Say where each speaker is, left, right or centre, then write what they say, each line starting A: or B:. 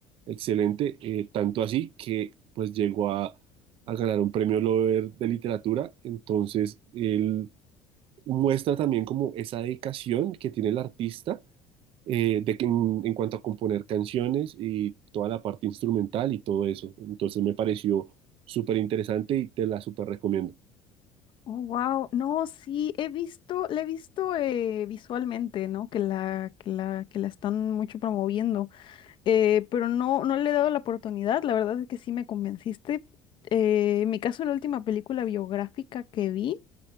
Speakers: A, on the right; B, on the left.
A: excelente, eh, tanto así que pues llegó a, a ganar un premio Nobel de literatura, entonces él muestra también como esa dedicación que tiene el artista eh, de que en, en cuanto a componer canciones y toda la parte instrumental y todo eso. Entonces me pareció súper interesante y te la súper recomiendo.
B: Oh, wow. No, sí, he visto, la he visto eh, visualmente, ¿no? Que la, que la, que la están mucho promoviendo. Eh, pero no, no le he dado la oportunidad. La verdad es que sí me convenciste. Eh, en mi caso, la última película biográfica que vi.